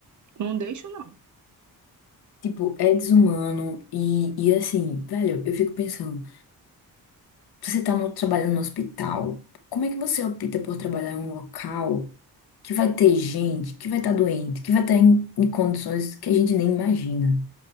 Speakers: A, on the right; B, on the left.
A: Não deixo, não.
B: Tipo, é desumano e, e assim, velho, eu fico pensando, você tá no, trabalhando no hospital, como é que você opta por trabalhar em um local que vai ter gente, que vai estar doente, que vai estar em, em condições que a gente nem imagina?